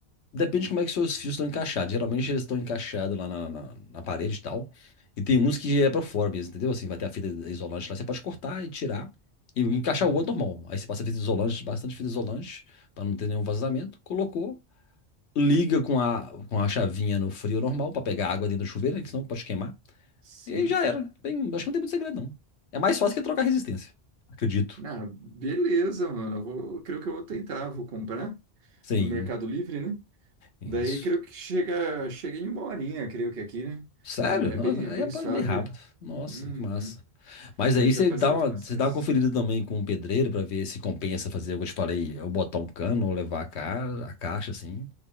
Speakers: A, on the left; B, on the right.
A: Depende de como é que seus fios estão encaixados. Geralmente eles estão encaixados lá na, na, na parede e tal. E tem uns que é pra fora mesmo, entendeu? Assim, vai ter a fita isolante lá. Você pode cortar e tirar e encaixar
B: Uhum.
A: o outro normal. Aí você passa fita isolante, bastante fita isolante, pra não ter nenhum vazamento. Colocou. liga com a, com a chavinha no frio normal pra pegar água dentro do chuveiro, né, que senão pode queimar.
B: Sim.
A: E aí já era. bem acho que não tem muito segredo, não. É mais fácil que trocar resistência. Acredito.
B: Ah, beleza, mano. Eu vou, creio que eu vou tentar, vou comprar
A: Sim,
B: no Mercado Livre, né?
A: isso.
B: Daí creio que chega, chega em uma horinha, creio que aqui, né?
A: Sério?
B: É, é
A: Nossa,
B: bem,
A: aí
B: bem
A: é ba-
B: suave.
A: bem rápido. Nossa,
B: Uhum.
A: que massa. Mas
B: Daí
A: aí
B: já
A: você
B: facilita
A: dá uma,
B: o processo.
A: você dá uma conferida também com o pedreiro pra ver se compensa fazer o que eu te falei, eu botar um cano ou levar a, ca- a caixa assim.